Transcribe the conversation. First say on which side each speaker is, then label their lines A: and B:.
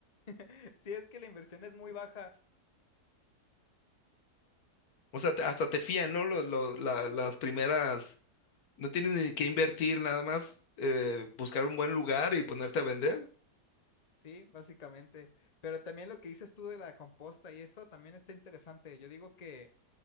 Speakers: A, on the left (about 35°); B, on the left (about 65°).
A: <laughs> sí es que la inversión es muy baja,
B: O sea, te- hasta te fían, ¿no? Los, los- la- las primeras, no tienes ni que invertir nada más, eh, buscar un buen lugar y ponerte a vender.
A: sí, básicamente, pero también lo que dices tú de la composta y eso también está interesante. Yo digo que